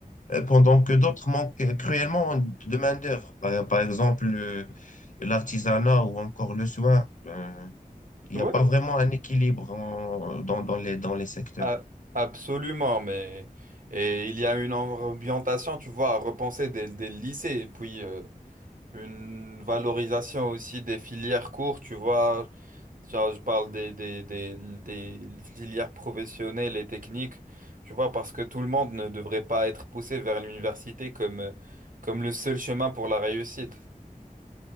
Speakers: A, on the left; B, on the right.
A: euh, pendant que d'autres manquent cruellement de main-d'œuvre. Par, par exemple, le- l'artisanat ou encore le soin. Euh, Il
B: Ouais.
A: n'y a pas vraiment un équilibre en- dans, dans les, dans les secteurs.
B: Ah, absolument, mais et il y a une orientation, tu vois, à repenser des, des lycées, et puis euh, une valorisation aussi des filières courtes, tu vois, genre je parle des, des, des, des filières professionnelles et techniques, tu vois, parce que tout le monde ne devrait pas être poussé vers l'université comme, euh, comme le seul chemin pour la réussite.